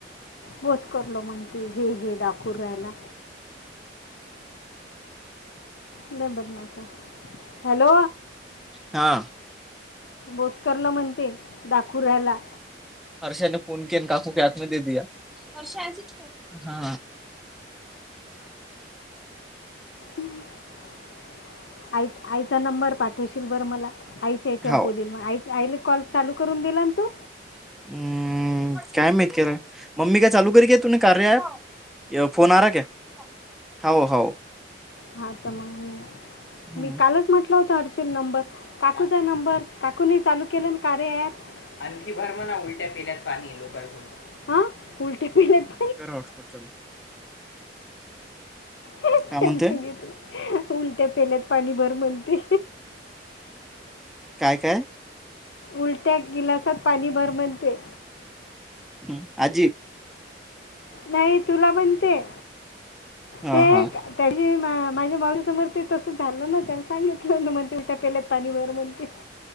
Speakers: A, on the left; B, in the centre.
A: बोच करलो म्हणती हे हे डाकूर राहायला नाही बदनात हॅलो
B: हा
A: बोजकरलो म्हणते दाखूऱयला
B: हर्षाने फोन केलता काकू के हात म दे द हष हा
A: हम्म <unintelligible> आई आईचा नंबर पाठवशील बरं मला आईच्या याच्यावर
B: हाव.
A: बोलल मग आ आईले कॉल चालू करून दिला ना तू.
B: हम. काय माित मम्मी काय चालू करी घ तुही कार्य फोन आरा का. होव हो.
A: हा तर मग
B: हम्म
A: मी कालच म्हटलं होत अर् नंबर काकूचा नंबर काकूे चालू केला ना कारे ऍप आणखी भर म्हणा उलट्या पिल्यात पाणी लोकजून उलट्या पिल्यात
B: च हॉटपॉटचाल
A: ते
B: काय म्हणत?
A: उलट्या पेल्यात पाणी भर म्हणते.
B: काय काय?
A: उलट्या गिलासात पाणी भर म्हनते.
B: हम् आजी.
A: नाही तुला म्हणते.
B: हा
A: ते.
B: हा
A: त्याची मा माझ्या माऊसमोर ते तसं झालं ना त्याने सांगितलं ना मग ते उठ्या पेल्यात पाणी भर म्हणते.